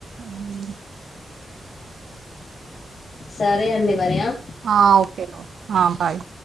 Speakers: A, on the right; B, on the left.
A: అవును.
B: సరే అండి మరి ఆహ్.
A: ఆహ్ ఓకే ఆహ్ బాయ్.